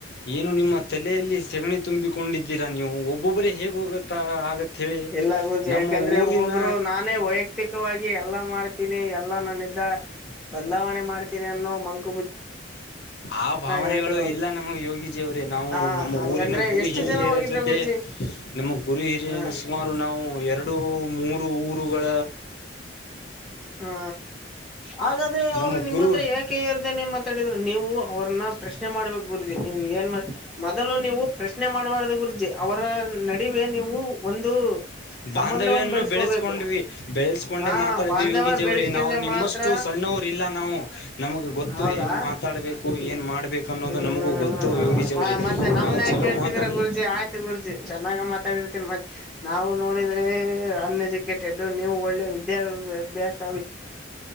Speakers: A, on the left (about 60°); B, in the centre.
A: ಏನು ನಿಮ್ಮ ತಲೆಯಲ್ಲಿ ಸೆಗಣಿ ತುಂಬಿಕೊಂಡಿದ್ದೀರಾ ನೀವು ಒಬ್ಬೊಬ್ಬರೇ ಹೇಗ್ ಹೋಗಕ್ಕೆ ಆಗತ್ ಹೇಳಿ
B: ಇಲ್ಲ ಗುರೂಜಿ
A: ನಮ್ಮ
B: ಯಾಕಂದ್ರೆ
A: ಊರಿನ
B: ಒಬ್ಬೊಬ್ಬರ ನಾಕ್ ನಾನೇ ವೈಯಕ್ತಿಕವಾಗಿ ಎಲ್ಲಾ ಮಾಡ್ತೀನಿ ಎಲ್ಲಾ ನಾನಿದ ಬದಲಾವಣೆ ಮಾಡ್ತೀನಿ ಅನ್ನೋ ಮಂಕ್
A: ಆ ಭಾವನೆಗಳು
B: ಹೇಳ್ತಿರೋದು
A: ಇಲ್ಲ ನಮಗೆ ಯೋಗಿಜಿಯವ್ರೇ ನಾವು
B: ಹ
A: ನಮ್ಮ
B: ಹಂಗಂದ್ರೆ
A: ಊರಿನ ಗುರು
B: ಎಷ್ಟು
A: ಹಿರಿಯರ
B: ಜನ ಹೋಗಿದ್ರ
A: ಜ್ ಜೊತೆ
B: ಗುರ್ಜಿ
A: ನಮ್ಮ ಗುರು ಹಿರಿಯನ
B: ಹ
A: ಸುಮಾರ್ ರು ನಾವು ಎರಡು ಮೂರು ಊರುಗಳ
B: ಹಾ ಹಾಗಾದ್ರೆ
A: ನಮ್ಮ
B: ಅವರು ನಿಮ್ಮ
A: ಗುರು
B: ಹತ್ರ ಯಾಕ್ ಕೆ ಎರದನೆ ಮಾತಾಡಿದ್ರು ನೀವು ಅವ್ರನ್ನ ಪ್ರಶ್ನೆ ಮಾಡ್ಬೇಕ್ ಗುರೂಜಿ ನೀವು ಏನ್ ಮೊದಲು ನೀವು ಪ್ರಶ್ನೆ ಮಾಡಬಾರದ್ದು ಗುರೂಜಿ ಅವರ ನಡುವೆ ನೀವು ಒಂದು ಸಂಬಂಧವನ್ನು
A: ಬಾಂಧವ್ಯನ್ನು
B: ಬೆಳೆಸ್ಕೋಬೇಕು
A: ಬೆಳೆಸ್ಕೊಂಡ್ವಿ ಬೆಳೆಸ್ಕೊಂಡೆ
B: ಹಾ
A: ಮಾತಾಡಿದ್
B: ಬಾಂಧವ
A: ಯೋಗಿಜಿವ್ರೇ
B: ಬೆಳೆಸ್ಕಂದೆ
A: ನಾವು ನಿಮ್ಮಷ್ಟು
B: ಮಾತ್ರ
A: ಸಣ್ಣವರು ಇಲ್ಲ ನಾವು ನಮಗೆ ಗೊತ್ತು
B: ಹೌದಾ
A: ಹೇಗೆ ಮಾತಾಡ್ಬೇಕ್ ಕು ಏನ್ ಮಾಡ್ಬೇಕು ಅನ್ನೋದು
B: ಹ್ಮ್
A: ನಮಗೂ ಗೊತ್ತು ಯೋಗೀಜಿ
B: ಹ
A: ಅವ್ರೇ
B: ಮತ್ತೆ ನಮ್ನ
A: ನಾವ್
B: ಯಾಕ
A: ಚಲೋ
B: ಕೇಳ್ತಿದೀರ
A: ಮಾತಾಡಿ
B: ಗುರ್ಜಿ ಆಯ್ತು ಗುರೂಜಿ ಚೆನ್ನಾಗೆ ಮಾತಾಡಿರ್ತೀನಿ ಮತ್ತ್ ನಾವು ನೋಡಿದ್ರೆ ಅನ್ ಎಜೂ ಕೇಟೆಡೂ ನೀವು ಒಳ್ಳೆ ವಿದ್ಯಾಭ್ಯಾಸ್